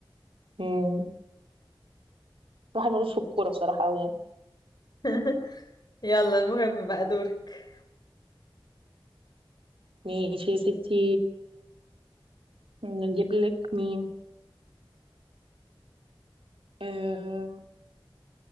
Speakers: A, on the right; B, on the left.
A: مم، واحد ملوش في الكوره بصراحه قوي يعني
B: <laughs> يلا المهم بقى دورك
A: ماشي يا ستي نجيب لك مين آه...